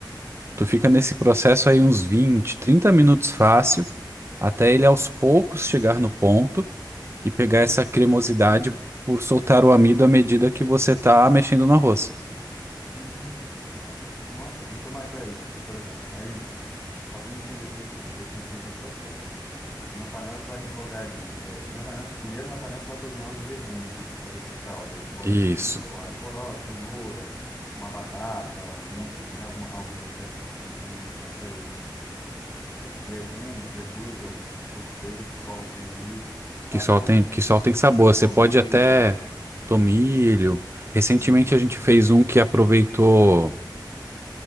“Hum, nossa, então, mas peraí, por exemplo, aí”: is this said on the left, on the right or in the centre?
Left